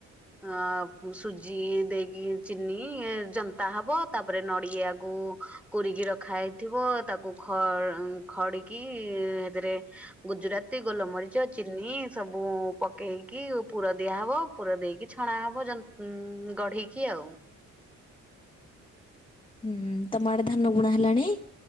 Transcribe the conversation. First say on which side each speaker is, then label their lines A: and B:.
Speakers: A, in the centre; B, on the left.
A: ଅ ସୁଜି ଦେଇକି ଚିନି ଜନ୍ତା ହବ ତାପରେ ନଡିଆକୁ କୁରିକି ରଖା ହେଇଥିବ ତାକୁ ଖ ଖଡିକି ହେଥେରେ ଗୁଜୁରାତି ଗୋଲମରିଚ ଚିନି ସବୁ ପକେଇକି ପୁର ଦିଆହବ ପୁର ଦେଇକି ଛଣା ହବ ଯନ୍ତ ଗଢେଇକି ଆଉ।
B: ହୁଁ ତମ ଆଡ଼େ ଧାନ ବୁଣା ହେଲାଣି?